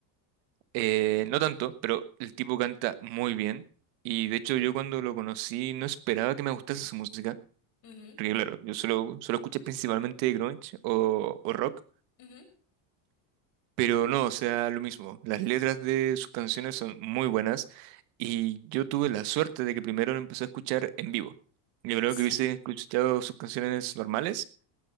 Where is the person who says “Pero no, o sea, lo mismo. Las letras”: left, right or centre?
Right